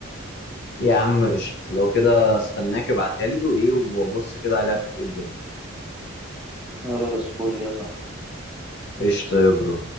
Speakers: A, on the left; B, in the centre.
A: يا عم قشطه لو كده استناك ابعتها لي وايه وابص كده عليها اشوف ايه الدنيا
B: خلاص فل يا صاحبي
A: قشطه يا برو